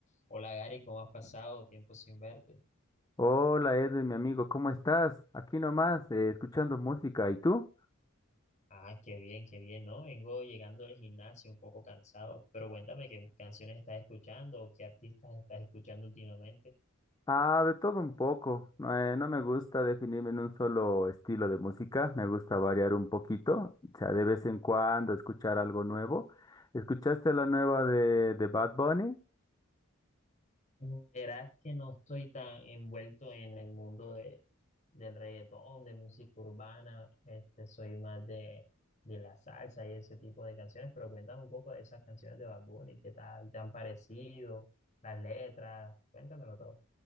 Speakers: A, on the left; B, on the left.
A: Hola Gary, ¿cómo has pasado? Tiempo sin verte.
B: Hola Edwin, mi amigo, ¿cómo estás? Aquí nomás, eh, escuchando música. ¿Y tú?
A: Ah, qué bien, qué bien, ¿no? Vengo llegando del gimnasio un poco cansado, pero cuéntame qué canciones estás escuchando o qué artistas estás escuchando últimamente.
B: Ah, de todo un poco. No, eh, no me gusta definirme en un solo estilo de música. Me gusta variar un poquito. O sea, de vez en cuando escuchar algo nuevo. ¿Escuchaste la nueva de, de Bad Bunny?
A: Mm, Verás que no estoy tan envuelto en el mundo de, del reggaetón, de música urbana, este, soy más de, de la salsa y ese tipo de canciones, pero cuéntame un poco de esas canciones de Bad Bunny, ¿qué tal te han parecido? Las letras, cuéntamelo todo.